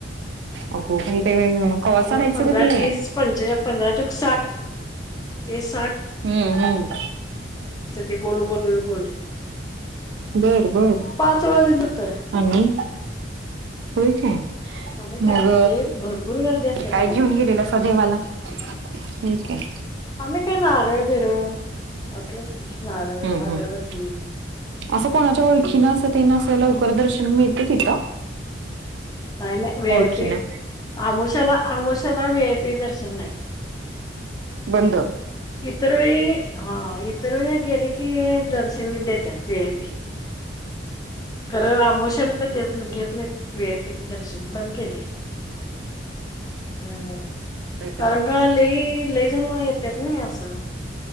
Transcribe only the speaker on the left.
हम्
मग
पंधरा
तीस पं पंधरा चक साठ. ते सठ
ते गोल गोल गोल गोल.
पाच वेळा दिलं तर
आणि काय
लय भरपूर गर्दी असते
बाळा
आम्ही काही नारळ विरळ असलच किसणारार
अगरबती
नाही नाही वआयपी
आमूशला आमूशला वीआय पी दर्शन नाही.
इतर वेळी हा इतर वेळी गेले की दर्शंगी देतात वी आय पी. खरं आमोशाला देत घेत नाहीत वी आय पी दर्शन बंद केले. हम्
कारण का लई लई जाण येतेत नाही असं.